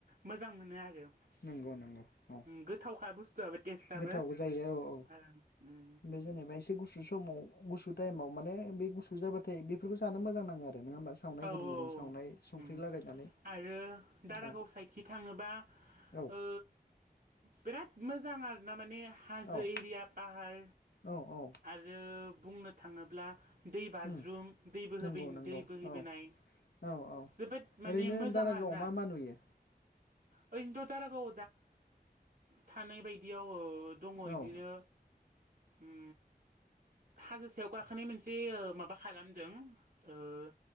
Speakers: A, on the right (about 70°); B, on the left (about 80°).
A: मोजां मोनो उम
B: नंगौ नंगौ औ
A: गोथावखा बुस्थुआबो टेस्टआबो
B: गोथाव जायो औ
A: ओं उम।
B: बे जेनेबा एसे गुसु समाव गुसु टाइमाव माने बे गुसु जाबाथाय बेफोरखौ जानो मोजां नांङो आरो। नङा होमबा सावनाय
A: औ औ
B: गुदुं गुदुं
A: औ
B: सावनाय संख्रि
A: उम
B: लागायनानै
A: आरो दारागाव
B: औ
A: साइडखि थांङोबा
B: औ
A: ओ बिराद मोजां आरोना माने हाजो
B: औ
A: एरिया पाहार
B: औ औ
A: आरो बुंनो थांङोब्ला दै बाज्रुम
B: उम
A: दैबो
B: नंगौ
A: होबै
B: नंगौ
A: दै हैबोनाय
B: औ औ औ
A: जोबोद माने
B: ओरैनो
A: मोजां
B: दारागावआव
A: आरोना।
B: मा मा नुयो
A: ओरैनोथ' दारागाव थानाय बायदियाव ओ दंङ इदिनो
B: औ
A: उम हाजो सायाव गाखोनाय मोनसे ओ माबा खालामदों ओ